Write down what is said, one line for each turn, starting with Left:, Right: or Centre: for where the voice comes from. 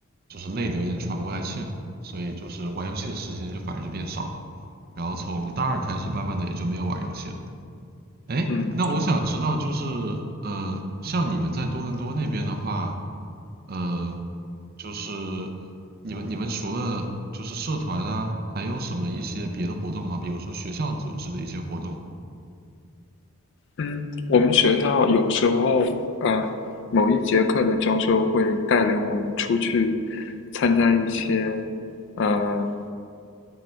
Right: 就是累的有点喘不过来气了，所以就是玩游戏的时间就反而就变少了，然后从大二开始，慢慢的也就没有玩游戏了。哎，
Left: 嗯。
Right: 那我想知道，就是呃，像你们在多伦多那边的话，呃，就是你们你们除了就是社团啊，还有什么一些别的活动吗？比如说学校组织的一些活动
Left: 嗯，我们学校有时候，呃，某一节课的教授会带领我们出去参加一些，呃，